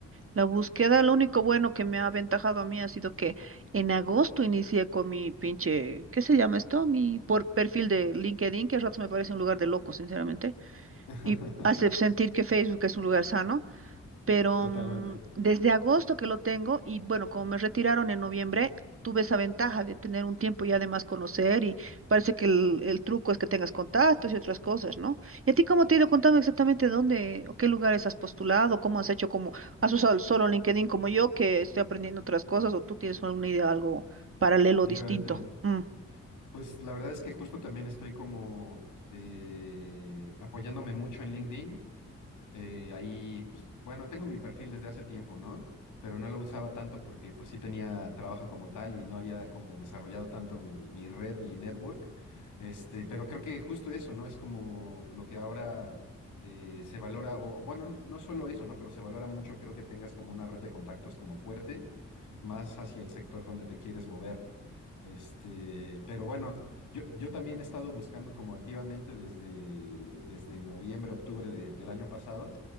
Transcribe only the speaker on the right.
la búsqueda. Lo único bueno que me ha aventajado a mí ha sido que en agosto inicié con mi pinche, ¿qué se llama esto? Mi por perfil de LinkedIn, que a ratos me parece un lugar de locos, sinceramente,
y hace sentir que Facebook es un lugar sano. pero
mm, desde agosto que lo tengo y bueno, como me retiraron en noviembre, tuve esa ventaja de tener un tiempo y además conocer y parece que el, el truco es que tengas contactos y otras cosas, ¿no? ¿Y a ti cómo te ha ido contando exactamente dónde o qué lugares has postulado, cómo has hecho, cómo has usado el solo LinkedIn como yo que estoy aprendiendo otras cosas o tú tienes alguna idea, algo paralelo,
distinto? Mm.